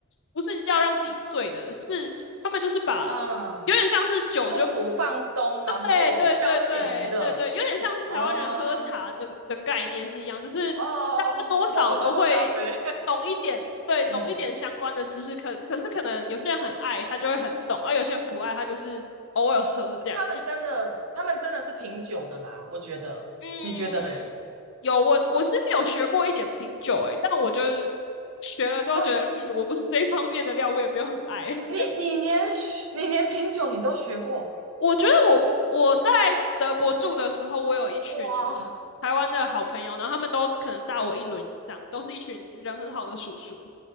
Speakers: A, on the left; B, on the right.
A: 不是要让自己醉的，是他们就是把有点像是酒就。
B: 嗯，舒服放松，然后消遣娱乐，
A: 对对对对对对，有点像是台湾人喝茶这个的概念是一样，
B: 嗯，
A: 就是大家多少都会
B: 哦，或者是喝咖啡，
A: 懂一点，对，
B: 嗯。
A: 懂一点相关的知识。可可是可能有些人很爱，他就会很懂；而、有些人不爱，他就是偶尔喝这样。
B: 他们真的，他们真的是品酒的啦，我觉得，
A: 嗯，
B: 你觉得嘞？
A: 有我我其实有学过一点品酒、欸，诶，但我就是学了之后觉得，
B: 啊，
A: 嗯，我不是这一方面的料，我也没有很爱。<laughs>
B: 你你连你连品酒你都学过，
A: 我觉得我我在德国住的时候，我有一群
B: 哇，
A: 台湾的好朋友，然后他们都可能大我一轮以上，都是一群人很好的叔叔，